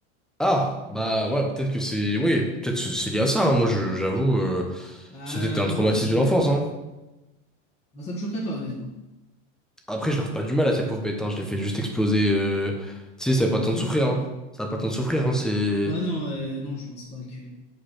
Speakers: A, in the centre; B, on the left.
A: Ah, bah ouais, peut-être que c'est... Oui, peut-être que c'est lié à ça, hein. Moi, je- j'avoue, euh,
B: Bah
A: c'était
B: euh,
A: un traumatisme
B: moi, ça
A: de
B: me.
A: l'enfance, hein.
B: Moi, ça me choquerait pas, honnêtement.
A: Après, je leur fais pas du mal à ces pauvres bêtes, hein. Je les fais juste exploser. euh, Tu sais, ça n'a pas
B: Bah
A: le temps
B: elle
A: de
B: meurt,
A: souffrir,
B: quoi.
A: hein. Ça n'a pas le temps de souffrir, hein. C'est...
B: Bah non, euh, non, je pense pas que...